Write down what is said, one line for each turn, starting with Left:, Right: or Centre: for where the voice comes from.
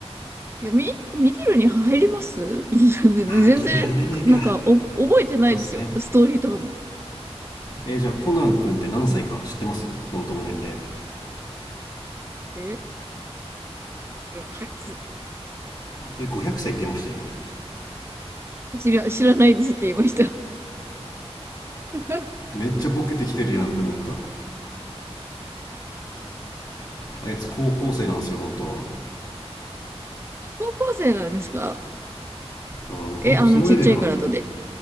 Right: いや、み、見てるに入ります <laughs> 全然、
Left: まあ、ギリ入らないか。
Right: なんか、おぼ、覚えてないですよ。
Left: そうっすね。
Right: ストーリーとかも。
Left: えーじゃあコナン君って何歳か知ってます本当の年齢。
Right: え、知らないです。
Left: え、500歳って言いました、今。
Right: 知ら、知らないですって言いました。<laughs>
Left: めっちゃボケてきてるやんって思った。あいつ高校生なんですよ、本当は。
Right: 高校生なんですか
Left: ああ、もう本当そのレベルなんだ。
Right: え、あのちっちゃい体で。